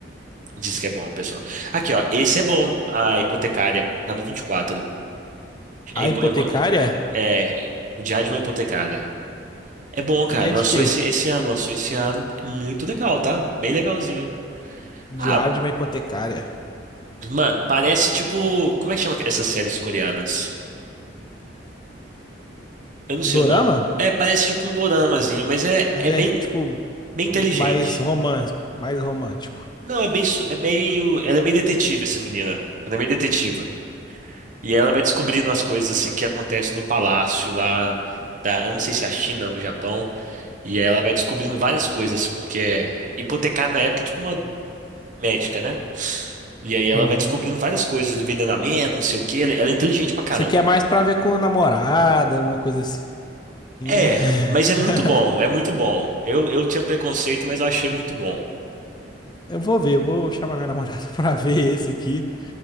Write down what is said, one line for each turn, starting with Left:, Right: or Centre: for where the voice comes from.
Right: Diz que é bom, pessoal. Aqui, ó. Esse é bom, a hipotecária. Tá no 24. É,
Left: A
Right: impo-
Left: hipotecária?
Right: é, impo- é, o Diário de uma Hipotecária. É bom, cara.
Left: E é
Right: Lançou
Left: de quê?
Right: esse, esse ano, lançou esse ano. é Muito legal, tá? Bem legalzinho.
Left: Diário
Right: Ah,
Left: de uma hipotecária.
Right: mano, parece tipo. Como é que chama essas séries coreanas? Eu não sei
Left: Dorama?
Right: o nome. É, parece tipo um doramazinho, mas é,
Left: Mas
Right: é
Left: é,
Right: bem,
Left: tipo,
Right: bem inteligente.
Left: mais romance, mais romântico.
Right: Não, é bem, su- é bem. o- Ela é meio detetive, essa menina. Ela é meio detetiva. E ela vai descobrindo as coisas assim que acontecem no palácio lá da. Eu não sei se é a China ou o Japão. E ela vai descobrindo várias coisas, porque é hipotecar na época é tipo uma médica, né? E aí ela
Left: Uhum.
Right: vai descobrindo várias coisas, envenenamento, não sei o quê. Ela ela é inteligente pra caramba.
Left: Isso aqui é mais pra ver com a namorada, uma coisa assim,
Right: É,
Left: né? <laughs>
Right: mas é muito bom, é muito bom. Eu, eu tinha preconceito, mas eu achei muito bom.
Left: Eu vou ver, vou chamar minha namorada <laughs> pra ver esse aqui.